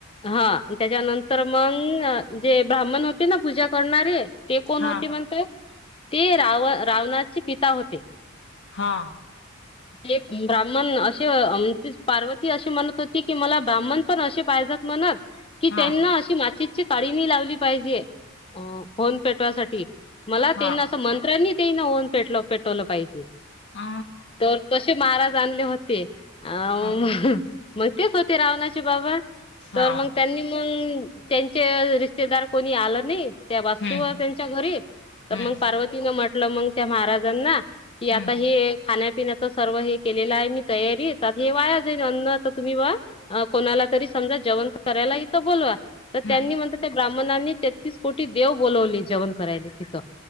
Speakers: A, on the left; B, on the left.
A: हा तेच्यानंतर मंग जे ब्राह्मण होते न पूजा करणारे ते कोण
B: हा
A: होते म्हनते? ते राव रावणाचे पिता होते
B: हा.
A: ते ब्राह्मण असे अ पार्वती अशी म्हणत होती की मला ब्राह्मण पण असे पाहिजात म्हणत की
B: हा
A: त्येईन् अशी तितची काडी नाई लावली पायजे होम पेटवासाठी मला
B: हा
A: त्येईन असं मंत्र्यांनी त्यांना होन पेटलय पेटवलं पाहिजे
B: आ
A: तर तसे माराज आणले होते अ
B: हा
A: म ह मग तेच होते रावणाचे बाबा
B: हा
A: तर मंग त्यांनी मंग त्यांचे रिश्तेदार कोणी आलं नाही, त्या वास्तूवर
B: हम्म
A: त्यांच्या घरी तर
B: हम्म
A: मंग पार्वतीनं म्हटलं मंग त्या महाराजांना की आता
B: हम्म
A: हे खाण्यापिण्याचं सर्व हे केलेलं आहे मी तयारी हे वाया जाईन अन्न त तुम्ही बा अ कोणाला तरी समजा जेवण करायला इथं बोलवा तर
B: हम्म
A: त्यांनी म्हनत ते ब्राह्मनांनी तेत्तीस् कोटी देव बोलवले जेवण करायले तिथं